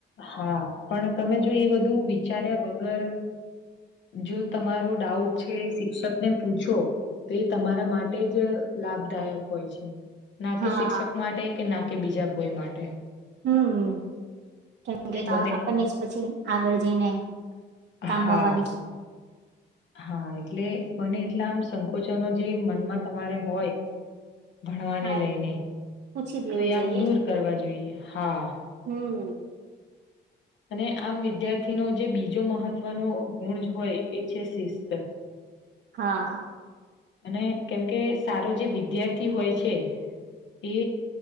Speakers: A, on the left; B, on the right.
A: હા પણ તમે જો એ બધું વિચાર્યા વગર જો તમારો ડાઉટ છે એ શિક્ષકને પૂછો ત એ તમારા માટે જ લાભદાયક હોય છે ના કે
B: હા
A: શિક્ષક માટે કે ના કે બીજા કોઈ માટે
B: હમ કેમ
A: એટલે
B: કે
A: બને
B: આપણને જ પછી આગળ જઈને
A: હા
B: કામ આવવાનું છે
A: હા એટલે બને એટલા આમ સંકોચનો જે મનમાં તમારે હોય ભણવાને
B: હા
A: લઈને
B: એ પૂછી જ
A: તો
B: લેવું
A: એ
B: જોઈએ
A: આમ દૂર કરવા જોઈએ હા
B: હમ
A: અને આમ વિદ્યાર્થીનો જે બીજો મહત્વનો ગુણ હોય એ છે શિસ્ત
B: હા
A: અને કેમકે સારો જે વિદ્યાર્થી હોય છે એ